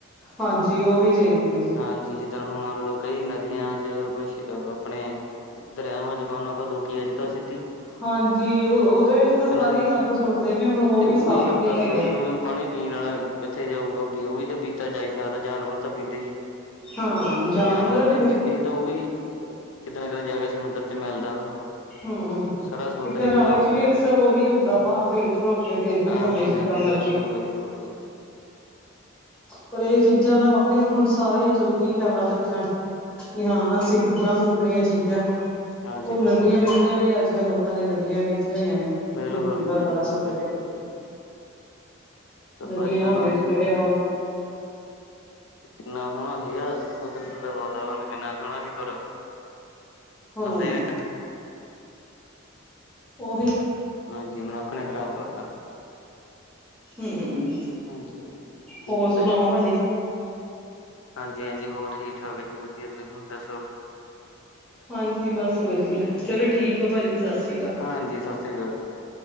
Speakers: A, in the centre; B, on the left.
A: ਹਾਂਜੀ, ਉਹ ਵੀ ਚਾਹੀਦੀ ਐ।
B: ਹਾਂਜੀ, ਜਿਦਾ ਹੁਣ ਮੰਨ ਲੋ। ਕਈ ਨਦੀਆਂ ਚ ਕੁਛ ਆਪਣੇ ਦਰਿਆਵਾਂ ਚ ਕੋ ਨਾ ਕੋ ਲੋਕੀ ਅੱਜ ਕੱਲ੍ਹ ਸ
A: ਹਾਂਜੀ, ਉਹ ਉਹਦੇ ਵਿੱਚ ਤਾਂ ਸਾਰੇ
B: ਹਨਾ ਜੀ
A: ਹੀ ਗੰਦ ਸੁੱਟਦੇ ਨੇ, ਹੁਣ ਉਹ
B: ਤੇ
A: ਵੀ ਸਾਫ਼
B: ਫਿਰ
A: ਨਹੀਂ
B: ਦੱਸੋ
A: ਰਹਿ ਗਿਆ।
B: ਮੈਨੂੰ ਵੀ ਉਹ ਪਾਣੀ ਪੀਣ ਵਾਲਾ ਕਿੱਥੇ ਜਾਊਗਾ, ਉਹ ਵੀ ਤਾਂ ਪੀਤਾ ਜਾ ਹੀ ਸਕਦਾ। ਜਾਨਵਰ ਤਾਂ ਪੀਂਦੇ ਹੀ ਆ।
A: ਹਾਂ
B: ਅਗਰ, ਜਾਨਵਰ ਨਹੀਂ
A: ਫਿਰ
B: ਪੀਂਦੇ। ਤੇ ਉਹ ਵੀ ਕਿਤੇ ਨਾ ਕਿਤੇ ਜਾਕੇ, ਸਮੁੰਦਰ ਚ ਮਿਲਦਾ ਵਾ।
A: ਹੂੰ ਤੇ
B: ਸਾਰਾ ਸਮੁੰਦਰ
A: ਘਰਾਂ
B: ਹੀ ਖ਼ਰਾਬ
A: ਵਿੱਚ
B: ਹੁੰਦਾ
A: ਵੀ
B: ਨਾ
A: ਅਕਸਰ ਉਹੀ ਹੁੰਦਾ ਵਾ, ਫਿਲਟਰ ਹੋ ਕੇ। ਫੇਰ ਵੀ
B: ਹਾਂਜੀ
A: ਭਾਵੇ ਜਿੱਦਾ
B: ਹਾਂਜੀ
A: ਮਰਜ਼ੀ।
B: ਬਿਲਕੁਲ ਬਿਲਕੁਲ
A: ਪਰ ਇਹ ਚੀਜ਼। ਚੀਜ਼ਾਂ ਦਾ ਵਾਕਈ, ਹੁਣ ਸਾਰੇ ਹੀ ਲੋਕੀ ਖਿਆਲ ਰੱਖਣ। ਵੀ ਹਾਂ, ਅਸੀਂ ਕਿੱਦਾਂ ਸੁੱਟਣੀਆਂ ਚੀਜ਼ਾਂ।
B: ਹਾਂਜੀ
A: ਹੁਣ
B: ਹਾਂਜੀ
A: ਨਦੀਆਂ ਨਵੀਆਂ ਵੀ ਅੱਜ ਕੱਲ੍ਹ ਲੋਕਾਂ ਨੇ, ਗੰਦੀਆ ਕੀਤੀਆਂ ਹੋਈਆਂ ਨੇ।
B: ਬਿਲਕੁਲ
A: ਜੋ ਕੂੜਾ
B: ਜੀ ਬਿਲਕੁਲ
A: ਕਾੜਾ ਸੁੱਟ
B: ਬਿਲਕੁਲ
A: ਕੇ।
B: ਬਿਲਕੁਲ। ਸਫ਼ਾਈ
A: ਨਦੀਆ
B: ਦਾ
A: ਹੋਗੇ,
B: ਨਾ ਅੱਜ
A: ਦਰਿਆ
B: ਕੱਲ
A: ਹੋਗੇ।
B: ਕਿੰਨਾ ਸੋਹਣਾ ਸੀਗਾ, ਕੁਦਰਤ ਦਾ ਵਾਤਾਵਰਨ, ਕਿੰਨਾ ਸੋਹਣਾ ਸੀ ਪਰ।
A: ਹੂੰ
B: ਬੰਦੇ ਨੇ
A: ਉਹੀ। <unintelligible>
B: ਹਾਂਜੀ, ਮਨੁੱਖ ਨੇ ਖ਼ਰਾਬ ਕਰਤਾ।
A: ਹੂੰ
B: ਹਾਂਜੀ, ਕੀ
A: ਹੋਰ
B: ਕੀਤਾ
A: ਸੁਣਾਓ
B: ਜਾ
A: ਭਾਜੀ
B: ਹਾਂਜੀ, ਹਾਂਜੀ ਹੋਰ ਠੀਕ ਠਾਕ ਹੈ ਜੀ। ਵਧੀਆ ਤੁਸੀਂ ਦੱਸੋ।
A: ਹਾਂਜੀ, ਬੱਸ ਵਧੀਆ। ਚਲੋ ਠੀਕ ਆ ਭਾਜੀ ਸਤਿ ਸ਼੍ਰੀ ਅਕਾਲ
B: ਹਾਂਜੀ ਸ਼ਸ੍ਰੀ ਅਕਾਲ,